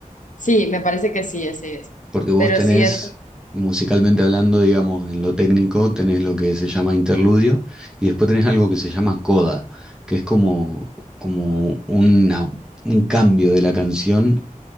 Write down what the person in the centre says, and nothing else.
Porque vos
tenés,
musicalmente hablando, digamos, en lo técnico, tenés lo que se llama interludio, y después tenés algo que se llama coda, que es como, como una, un cambio de la canción